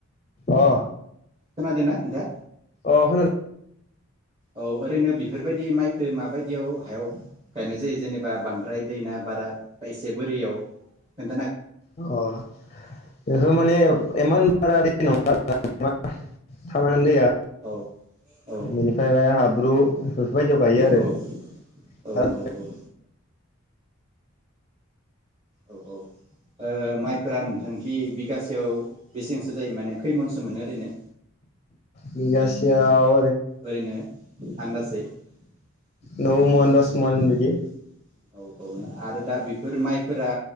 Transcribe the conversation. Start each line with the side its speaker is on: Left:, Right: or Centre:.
Left: अ
Right: खोनादो ना नोंथाङा?
Left: अ <inaudible>
Right: औ ओरैनो बिफोरबायदि माइखो माबायदियाव हायाव गायनाय जायो जेनेबा बांद्राय दैना बारा एसे बोरियाव खोन
Left: अ बेफोर माने इमान बारा दै नङा नामा थानानै दैया
Right: औ औ औ
Left: बिनिफ्राय सा बाय हाब्रु <unintelligible> बे बायदियाव गायो आरो
Right: औ औ औ
Left: <unintelligible>
Right: औ औ माइफोरा नुथांखि बिगासेयाव बेसांसो जायो माने खैमनसो मोनो ओरैनो?
Left: बिगासेयाव
Right: ओरैनो आनदासै औ
Left: नौ मन दस मन बिदि
Right: औ आरो दा बेफोर माइ फोरा